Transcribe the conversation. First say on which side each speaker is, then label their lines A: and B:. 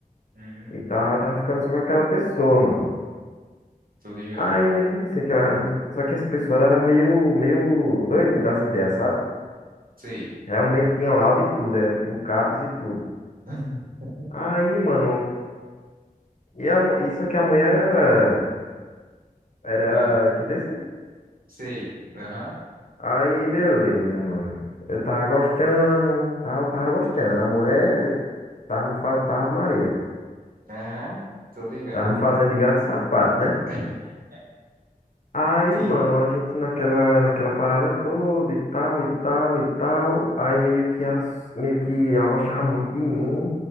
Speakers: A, on the right; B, on the left.
A: uhum,
B: e tal, eu tava ficando só com aquela pessoa, mano.
A: tô ligado.
B: Aí meio que não sei, que ela- não sei- só que essa pessoa era meio, meio doidinha das ideias, sabe?
A: Sei.
B: Realmente tinha laudo e tudo, era tipo do CAPES e tudo.
A: <laughs>
B: Aí, mano, e a, mu- e só que a mulher era, era,
A: Ah,
B: entendeu? assim?
A: sei. Aham,
B: Aí, beleza, mano. Eu tava gostando, tal, tava gostando. A mulher tava me fazendo, tava Maria.
A: aham, tô ligado.
B: Tava me fazendo de gato e sapato, né?
A: <laughs>
B: Aí,
A: Sim,
B: mano, a gente naquela, naquela parada toda e tal, e tal, e tal. Aí meio que ela, meio que ela gostava muito de mim,